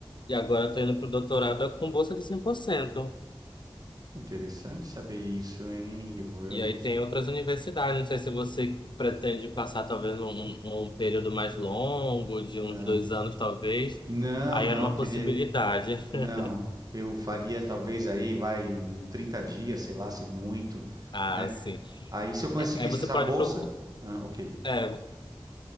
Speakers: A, on the left; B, on the right.
A: e agora estou indo pro doutorado é com bolsa de 100%.
B: interessante saber isso, hein, Ivo? Eu
A: E
B: não
A: aí tem outras universidades, não sei se você pretende passar talvez um, um período mais longo, de uns
B: Tá.
A: dois anos talvez.
B: Não,
A: Aí
B: não,
A: era uma
B: teria.
A: possibilidade. <laughs>
B: Não. Eu faria talvez aí, vai, um 30 dias, sei lá, se muito,
A: Ah,
B: né?
A: sim.
B: Aí se eu conseguisse
A: É, é, você
B: essa
A: pode
B: bolsa.
A: procurar.
B: Ah, ok,
A: É,